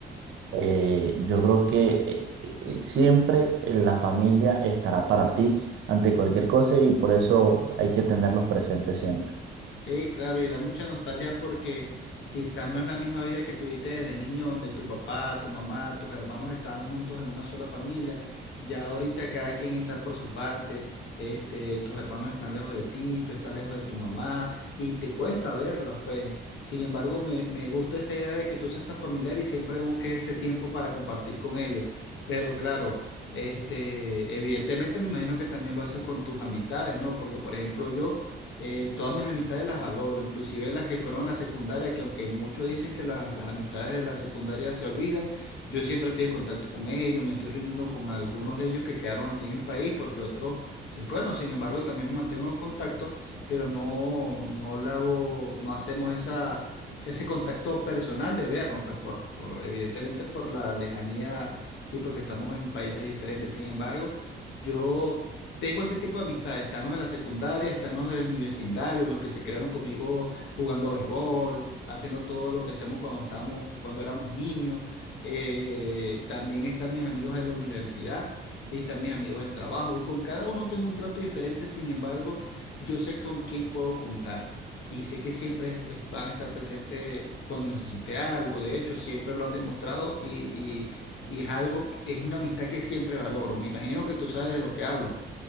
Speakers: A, on the right (about 75°); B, on the left (about 75°).
A: eh, yo creo que eh, eh, siempre la familia estará para ti ante cualquier cosa y por eso hay que tenerlos presentes siempre.
B: Sí, claro, y da mucha nostalgia porque quizá no es la misma vida que tuviste desde niño, donde tu papá, tu mamá, tus hermanos estaban juntos en una sola familia. Ya ahorita cada quien está por su parte, este, tus hermanos están lejos de ti, tú estás lejos de tu mamá y te cuesta verlos, pues. Sin embargo, me, me gusta esa idea de que tú seas tan familiar y siempre busques ese tiempo para compartir con ellos. Pero claro, este, evidentemente me imagino que también lo haces con tus amistades, ¿no? Porque, por ejemplo, yo eh, todas mis amistades las valoro, inclusive las que fueron a la secundaria, que aunque muchos dicen que la- las amistades de la secundaria se olvidan, yo siempre estoy en contacto con ellos, me estoy rindiendo con algunos de ellos que quedaron aquí en el país porque otros se fueron, sin embargo también me mantengo en contacto, pero no, no le hago, no hacemos esa, ese contacto personal de vernos, pues por, por, evidentemente por la lejanía y porque estamos en países diferentes, sin embargo, yo... Tengo ese tipo de amistades, están los de la secundaria, están los de mi vecindario, los que se crearon conmigo jugando béisbol, haciendo todo lo que hacíamos cuando estábamos, cuando éramos niños. Eh, también están mis amigos de la universidad y están mis amigos del trabajo. Y con cada uno tengo un trato diferente, sin embargo, yo sé con quién puedo contar. Y sé que siempre es- es- van a estar presentes cuando necesite algo. De hecho, siempre lo han demostrado y, y y es algo, que- es una amistad que siempre valoro. Me imagino que tú sabes de lo que hablo.